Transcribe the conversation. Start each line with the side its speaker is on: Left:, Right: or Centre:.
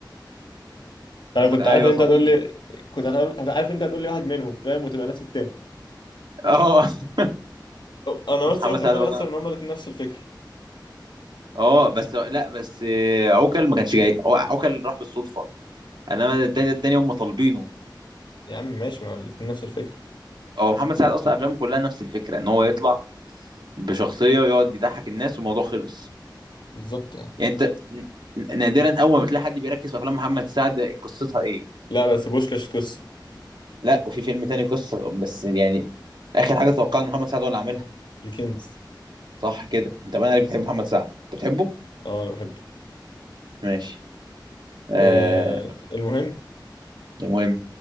Left: انا
Right: لما
Left: كنت
Right: كان-
Left: عارف
Right: ايوه
Left: ان انت
Right: صحيح
Left: هتقول لي كنت هتقول- عارف ان انت هتقول لي واحد منهم فاهم وتبقى نفس التاني
Right: اه <laughs>
Left: أو- انا
Right: بس
Left: بس
Right: محمد
Left: واخد
Right: سعد
Left: بالي
Right: برضه
Left: اصلا ان هما الاتنين نفس الفكره
Right: اه بس لا بس آه، عوكل ما كانش جاي هو عوكل راح بالصدفه انما التاني التاني هم طالبينه
Left: يا عم ماشي ما الاتنين نفس الفكره
Right: هو محمد سعد اصلا افلامه كلها نفس الفكره ان هو يطلع بشخصيه ويقعد يضحك الناس والموضوع خلص
Left: بالظبط يعني
Right: يعني انت ن- نادرا اول ما تلاقي حد بيركز في افلام محمد سعد قصتها ايه
Left: لا بس بوشكاش قصه
Right: لا وفي فيلم تاني قصه بس يعني اخر حاجه اتوقع ان محمد سعد هو اللي عاملها
Left: الكنز
Right: صح كده انت بقى عليك بتحب محمد سعد انت بتحبه
Left: اه انا بحبه
Right: ماشي آه
Left: آه المهم
Right: المهم